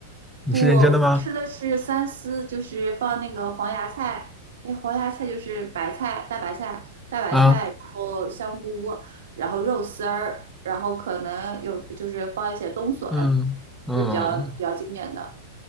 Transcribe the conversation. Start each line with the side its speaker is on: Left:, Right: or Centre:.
Centre: 你是认真的吗？
Right: 不，我们吃的是三丝，就是放那个黄芽菜，哎，黄芽菜就是白菜、大白菜、大白菜，
Centre: 啊，
Right: 然后香菇，然后肉丝儿，然后可能有就是放一些冬笋，
Centre: 嗯嗯。
Right: 就比较比较经典的。